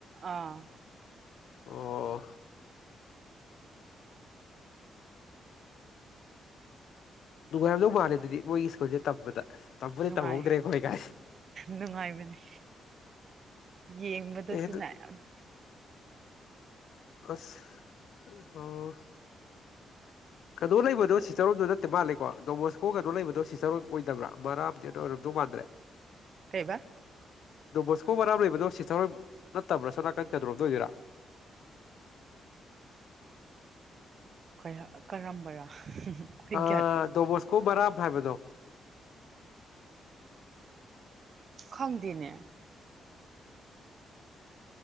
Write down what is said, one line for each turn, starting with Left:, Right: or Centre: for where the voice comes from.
Right: ꯑꯥ
Left: ꯑꯣ ꯅꯨꯡꯉꯥꯏꯔꯝꯗꯧ ꯃꯥꯜꯂꯦ ꯑꯗꯨꯗꯤ ꯃꯣꯏꯒꯤ ꯁ꯭ꯀꯨꯜꯁꯦ ꯇꯝꯕꯗ ꯇꯝꯕꯨꯗꯤ
Right: ꯅꯨꯡꯉꯥꯏ
Left: ꯇꯝꯍꯧꯗ꯭ꯔꯦ ꯑꯩꯈꯣꯏ ꯀꯥꯏ
Right: ꯅꯨꯡꯉꯥꯏꯕꯅꯤ ꯌꯦꯡꯕꯗꯁꯨꯅ
Left: ꯑꯦ ꯑꯗꯨ
Right: ꯌꯥꯝꯅ
Left: ꯑꯁ ꯑꯣ ꯀꯩꯅꯣ ꯂꯩꯕꯗꯣ ꯁꯤꯁꯇꯔꯣꯝꯗꯣ ꯅꯠꯇꯦ ꯃꯥꯜꯂꯦꯀꯣ ꯗꯣꯃꯣꯁꯀꯣ ꯀꯩꯅꯣ ꯂꯩꯕꯗꯣ ꯁꯤꯁꯇꯔꯣꯝ ꯑꯣꯏꯗꯕ꯭ꯔꯥ ꯃꯔꯥꯝꯗꯤ ꯑꯣꯏꯔꯝꯗꯧ ꯃꯥꯟꯗ꯭ꯔꯦ
Right: ꯀꯩꯕ
Left: ꯗꯣꯕꯁꯀꯣ ꯔꯥꯝ ꯂꯩꯕꯗꯣ ꯁꯤꯁ ꯅꯠꯇꯕ꯭ꯔꯁꯣꯅꯥ ꯀꯥꯟ ꯀꯦ ꯑꯗꯨ꯭ꯔꯣꯗꯣꯏꯔꯥ
Right: ꯍꯣꯏ ꯀꯔꯝꯕꯔꯥ ꯑꯩ
Left: ꯑ
Right: ꯒ꯭ꯌꯥꯟ
Left: ꯗꯣꯃꯣꯁ ꯈꯣ ꯔ ꯍꯥꯏꯗꯣ
Right: ꯈꯪꯗꯅꯦ